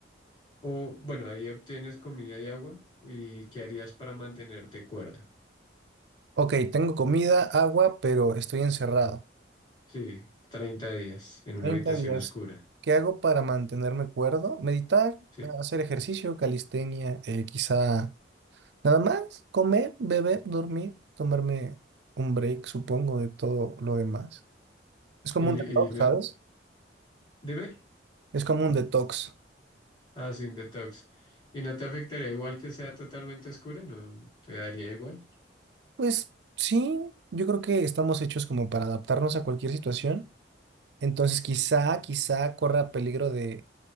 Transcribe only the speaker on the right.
Ok, tengo comida, agua, pero estoy encerrado.
treinta
días.
¿Qué hago para mantenerme cuerdo? Meditar,
hacer ejercicio, calistenia, eh, quizá nada más, comer, beber, dormir, tomarme un break, supongo, de todo lo demás. Es como
un detox,
¿sabes?
Es como un detox.
Pues sí, yo creo que estamos hechos como para adaptarnos a cualquier situación. Entonces quizá, quizá corra peligro de